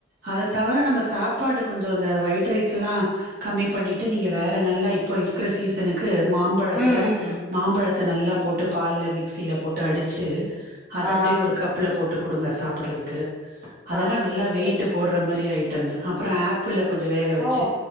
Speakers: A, on the right; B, in the centre.
A: அத தவிர நம்ம சாப்பாடு கொஞ்சம் அந்த ஒயிட் ரைஸ் எல்லாம் கம்மி பண்ணிட்டு நீங்க வேற நல்லா இப்போ இருக்கற சீசனுக்கு மாம்பழத்துல
B: ம் ம்
A: மாம்பழத் அத நல்லா போட்டு பால்ல மிக்சியில் போட்டு அடிச்சி அதை
B: ஆ
A: அப்படியே ஒரு கப்புல போட்டு கொடுங்க சாப்பு படுறதுக்கு
B: சாப்புட்றதுக்கு
A: அதெல்லாம் நல்லா வெயிட்டு போடுற மாதிரி ஆயிட்டு அப்புறம் ஆப்பிள் ல கொஞ்சம் மேக வச்ச
B: ஓ